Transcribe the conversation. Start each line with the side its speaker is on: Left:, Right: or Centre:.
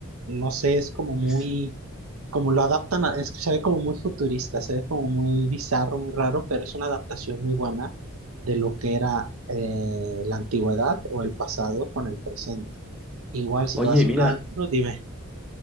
Right: no sé, es como muy
Centre: S-
Right: como lo adaptan, a- es que se ve como muy futurista, se ve como muy bizarro, muy raro, pero es una adaptación muy buena de lo que era eh, la antigüedad o el pasado con el presente. Igual, si
Centre: Oye,
Right: te vas a
Centre: mira,
Right: un antro, dime.